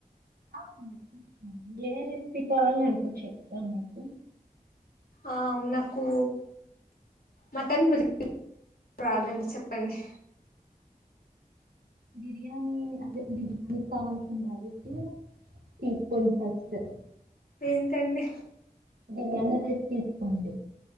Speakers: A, on the right; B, on the left.
A: ఆ నేర్పిస్తానండి. ఏ రెసిపీ కావాలి నీతో చెప్తాను మీకు
B: ఆ నాకు మటన్ బిర్యానీ రాదండి చెప్పండి.
A: బిర్యానీ అదే బిర్యానీ కావాల్సిన <unintelligible> తీసుకోండి ఫస్ట్ స్
B: ఏంటండి.
A: బిర్యానీ రైస్ తీసుకోండి.